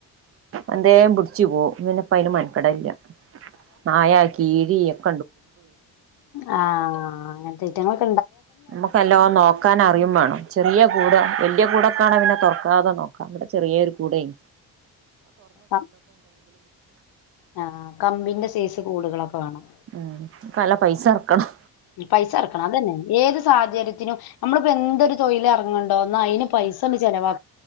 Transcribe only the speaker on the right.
എന്തേ പിട് ചു പോ പിന്നെ പ്പയിന് മെൻകെടലില്ല ആയ <unintelligible>
നമ്മക്ക് നല്ലോ നോക്കാൻ അറിയും വേണം ചെറിയ കൂട വെല്യ കൂട ക്കാണെ പിന്നെ തൊറക്കാതെ അവിടെ ചെറിയോരു കുടേം
ഉം കല പൈസ എർക്കണം